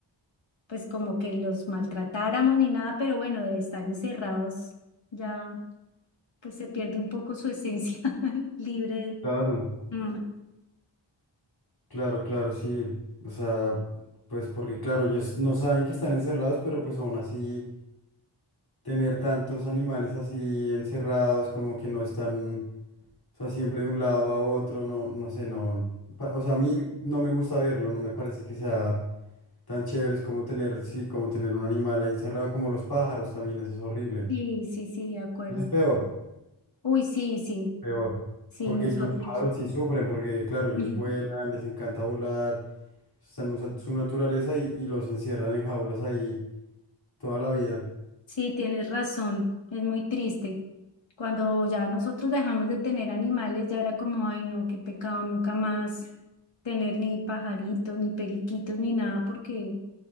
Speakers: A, on the left; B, on the left.
A: pues como que los maltratáramos ni nada, pero bueno, de estar encerrados ya, pues se pierde un poco su esencia <laughs> libre.
B: Claro,
A: Mm,
B: claro, claro, sí. O sea, pues porque claro, ellos no saben que están encerrados, pero pues aún así tener tantos animales así encerrados, como que no están, o sea, siempre de un lado a otro, no, no sé, no. pa- O sea, a mí no me gusta verlo, no me parece que sea. Tan chévere es como tener, sí, como tener un animal ahí encerrado como los pájaros también, eso es horrible.
A: Sí, sí, sí, de acuerdo.
B: Eso es peor,
A: Uy, sí, sí.
B: peor.
A: Sí,
B: Porque
A: nosotros.
B: ellos- los pájaros sí sufren, porque claro, ellos
A: Ujú.
B: vuelan, les encanta volar, están en usa- su naturaleza y, y los encierran en jaulas ahí toda la vida.
A: Sí, tienes razón, es muy triste. Cuando ya nosotros dejamos de tener animales, ya era como, ay, no, qué pecado, nunca más tener ni pajaritos, ni periquitos, ni nada, porque